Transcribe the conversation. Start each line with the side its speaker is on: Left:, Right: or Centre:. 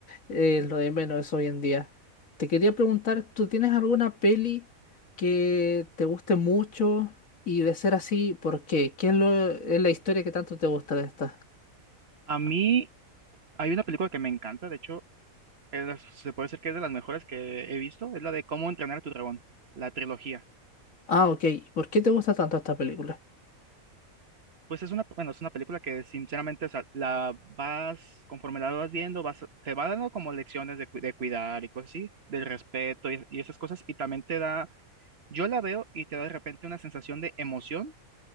Left: eh, lo de menos es hoy en día. Te quería preguntar, ¿tú tienes alguna peli que te guste mucho? Y de ser así, ¿por qué? ¿Qué es, lo- es la historia que tanto te gusta de esta?
Right: A mí hay una película que me encanta, de hecho, es de las- se puede decir que es de las mejores que he visto, es la de Cómo entrenar a tu dragón, la trilogía.
Left: Ah, ok. ¿Por qué te gusta tanto esta película?
Right: Pues es una, bueno, es una película que sinceramente, o sea, la vas, conforme la vas viendo, vas, te va dando como lecciones de, cu- de cuidar y cosas así, del respeto y, y esas cosas, y también te da, yo la veo y te da de repente una sensación de emoción,